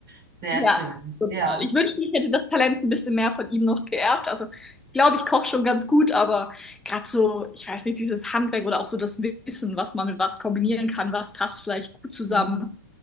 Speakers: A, on the right; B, in the centre.
A: Sehr
B: Ja,
A: schön.
B: total.
A: Ja.
B: Ich wünschte, ich hätte das Talent ein bisschen mehr von ihm noch geerbt. Also, ich glaube, ich koche schon ganz gut, aber gerade so, ich weiß nicht, dieses Handwerk oder auch so das Wissen, was man mit was kombinieren kann, was passt vielleicht gut zusammen.
A: Mhm.